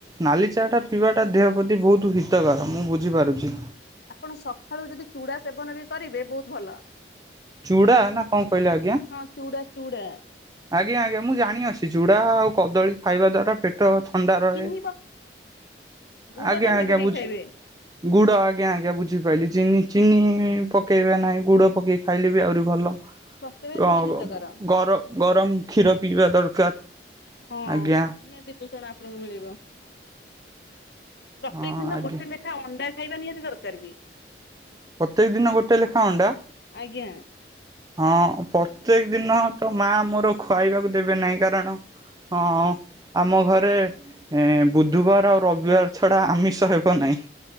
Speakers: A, on the right; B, on the left.
A: ନାଲି ଚାହାଟା ପିଇବାଟା ଦେହ ପ୍ରତି ବହୁତ ହିତକର ମୁଁ ବୁଝିପାରୁଚି।
B: ଆପଣ ସଖାଳୁ ଯଦି ଚୁଡା ସେବନ ବି କରିବେ ବହୁତ ଭଲ।
A: ଚୁଡା ନା କଣ କହିଲେ ଆଜ୍ଞା।
B: ହଁ ଚୁଡା ଚୁଡା।
A: ଆଜ୍ଞା ଆଜ୍ଞା ମୁଁ ଜାଣିଅଛି ଚୁଡ଼ା ଆଉ କଦଳୀ ଖାଇବା ଦ୍ଵାରା ପେ ଟ ଥଣ୍ଡା ରହେ
B: ଚିନି ଗୁଡ
A: ଆଜ୍ଞା
B: ତା ଦେହରେ
A: ଆଜ୍ଞା
B: ପକେଇ
A: ବୁଝ୍
B: ଖାଇବେ।
A: ଗୁଡ ଆଜ୍ଞା ଆଜ୍ଞା ବୁଝିପାଇଲିି ଚିନି ଚିନି ପକେଇବା ନାହିଁ ଗୁଡ ପକେଇ ଖାଇଲେ ବି ଆହୁରି ଭଲ।
B: ସ୍ୱାସ୍ଥ୍ୟ ପାଇଁ ବହୁତ
A: ଅଁ
B: ହିତକର।
A: ଗର-ଗରମ କ୍ଷୀର ପିଇବା ଦରକାର।
B: ହଁ
A: ଆଜ୍ଞା।
B: ନିହାତି ପୋଷଣ ଆପଣଙ୍କୁ ମିଳିବ। ପ୍ରତ୍ୟେକ
A: ହଁ
B: ଦିନ
A: ଆଜ୍ଞା
B: ଗୋଟେ ନେଖା ଅଣ୍ଡା ଖାଇବା ନିହାତି ଦରକାର ବି।
A: ପ୍ରତ୍ୟେକ ଦିନ ଗୋଟେ ଲେଖା ଅଣ୍ଡା?
B: ଆଜ୍ଞା।
A: ହଁ ପ୍ରତ୍ୟେକ ଦିନ ତ ମା ମୋର ଖାଇବାକୁ ଦେବେ ନାହିଁ କାରଣ ହଁ ଆମ ଘରେ ଏଁ ବୁଧବାର ଆଉ ରବିବାର ଛଡା ଆମିଷ ହେବ ନାଇଁ।